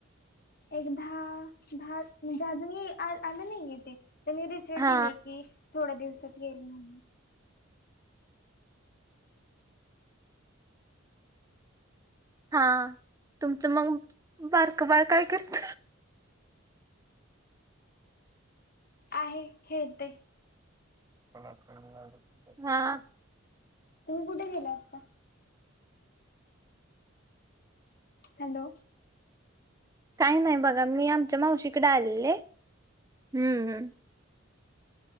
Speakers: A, on the left; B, on the right.
A: एक दहा दहा म्हणजे अजूनही आलं नाही आहे ते त्यांनी रिसिट
B: हा
A: दिली कि थोड्या दिवसात येईल, म्हणून
B: हा तुमचं मग बारक बार काय करत
A: आहे खेळते
B: <inaudible>
A: तुम्ही कुठे केेला आता हॅलो
B: काही नाही बघा मी आमच्या मावशीकडे आलेले हम्म्